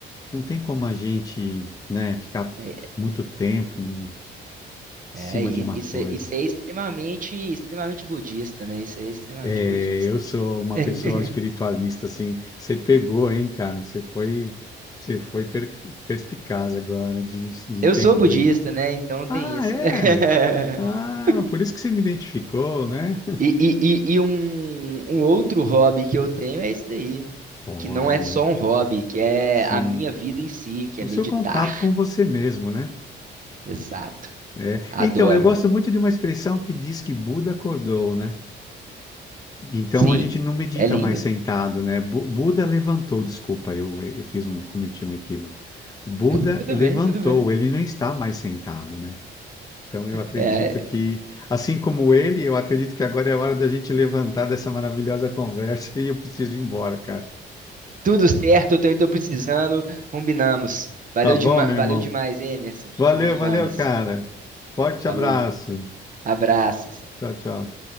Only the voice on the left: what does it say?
não tem como a gente, né, ficar
muito tempo em
cima
de uma
coisa.
É,
eu sou uma
pessoa espiritualista, assim, você pegou, hein, cara? Você foi, você foi per- perspicaz agora de, de entender
isso.
Ah,
é?
Ah, por isso que você me identificou, né?
<laughs> Olha,
sim.
O
seu contato com você mesmo, né?
É.
Então, eu gosto
muito de uma expressão que diz que Buda acordou, né? Então
a gente não medita
mais sentado, né? Bu- Buda levantou, desculpa, eu, eu fiz um, cometi um equívoco. O Buda
levantou,
ele não está mais sentado, né? Então eu acredito
que, assim como ele, eu acredito que agora é a hora da gente levantar dessa maravilhosa conversa <laughs> e eu preciso ir embora, cara.
Tá bom,
meu
irmão?
Valeu,
valeu, cara. Forte
abraço.
Tchau, tchau.